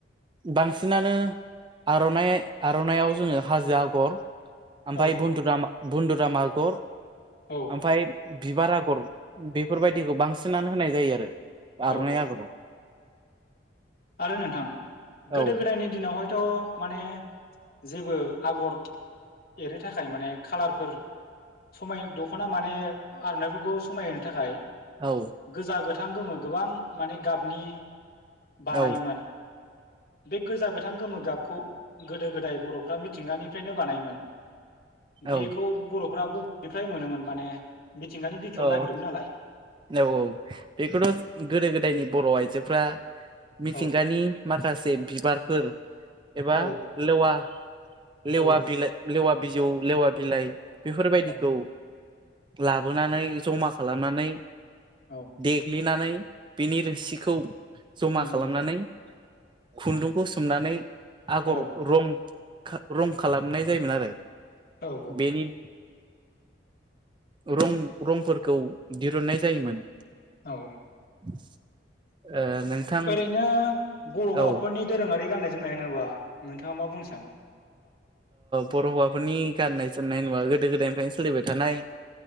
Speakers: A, on the right; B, on the left.
A: बांसिनानो आर'नाइ आर'नायइाव जोङो हाजो आगर ओमफफ्राय
B: औ
A: बन्दुराम बन्न्दुराम आगर
B: औ
A: ओमफफ्राय बिबार आगर बेफोरबायदिखौ बांसिनानो होनाय जायो आरो आर'नाइ
B: औ
A: आगराव
B: औ आरो नोंथां गोदो
A: ओ
B: गोदायनि दिनावहाय थ माने जेबो आगर एरनो थाखाय माने खाालारफोर समाय दख'ना माने आर'नाइफोरखौ समायहो थाखाय
A: औ
B: गोजा गोथां गोमो गोबां माने गाबनि बानायोमोन
A: औ
B: बे गोजा गोथां गोमो गाब खौ गोदो गोदाय बर'फ्रा मिथिंगानिफ्रायनो बानायोमोन
A: औ
B: बेखौ बर'फ्रा बबेनिफ्राय मोनोमोन माने मिथिंगानि बिखायाव
A: औ
B: नागिरोमोन नालाय
A: औ औ बेखौथ' गोदो गोदायनि बर' आइजोफ्रा मिथिंगानि
B: औ
A: माखासे बिबारफोर एबा
B: औ
A: लेवा लेवा
B: औ
A: बिलाइ लेवा बिजौ लेवा बिलाइ बेफोरबायदिखौ
B: औ
A: लाबोनानै जमा खालामनानै
B: औ
A: देग्लिनानै बिनि रोसिखौ जमा
B: उम
A: खालामनानै
B: उम
A: खुन्दुंखौ सोमनानै आगर
B: औ
A: रं रं खालामनाय जायोमोन आरो
B: औ
A: बेनि <inaudible> रं रंफोरखौ दिरुननाय जायोमोन
B: औ
A: <inaudible> नोंथां
B: ओरैनो बर' हौवाफोरनि
A: औ
B: दोरोङारि गाननाय जोमनाय होनोबा नोंथाङा मा बुंनो सानो
A: बर' हौवाफोरनि गाननाय जोमनाय नङा गोदो गोदायनिफ्रायनो सोलिबाय थानाय